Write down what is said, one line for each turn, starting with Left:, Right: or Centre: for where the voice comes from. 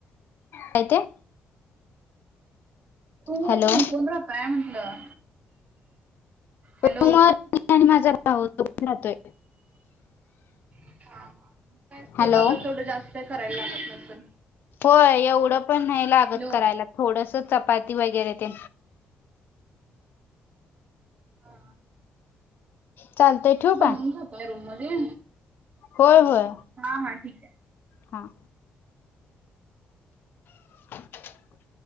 Left: काय ते.
Right: रूमवर
Left: हॅलो
Right: कोण कोण राहताय म्हंटलं हॅलो.
Left: समोर मी आणि माझा भाऊ दोघ राहतोय.
Right: काय बघ स्वयंपाकाच
Left: हॅलो
Right: एवढं जास्त करायला लागत नसल.
Left: होय एवढं पण नाही लागत
Right: हॅलो
Left: करायला थोडस चपाती वगैरे ते.
Right: ह
Left: चालतंय ठेवू
Right: बनवून
Left: का
Right: खाताय रूम मध्ये.
Left: होय होय
Right: हा हा ठीक आहे.
Left: हा. ह.